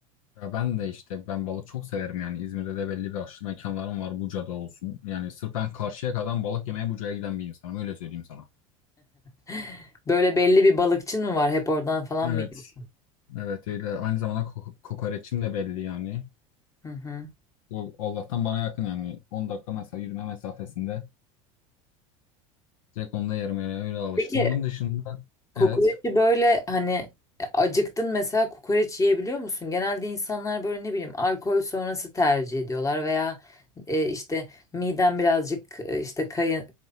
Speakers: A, on the left; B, on the left.
A: Ya ben de işte ben balık çok severim yani İzmir'de de belli başlı mekanlarım var Buca'da olsun. Yani sırf ben karşıya kadar balık yemeye Buca'ya giden bir insanım öyle söyleyeyim sana.
B: <laughs> Böyle belli bir balıkçın mı var? Hep oradan falan
A: Evet.
B: mı? yiyor?
A: Evet öyle aynı zamanda ko- kokoreçim de belli yani.
B: Hı hı.
A: O Allah'tan bana yakın yani 10 dakika mesela yürüme mesafesinde direkt onu da yerim yani öyle alıştım.
B: Peki
A: Onun dışında
B: kokoreçi
A: evet.
B: böyle hani acıktın mesela kokoreç yiyebiliyor musun? Genelde insanlar böyle ne bileyim alkol sonrası tercih ediyorlar veya e, işte midem birazcık e, işte kayın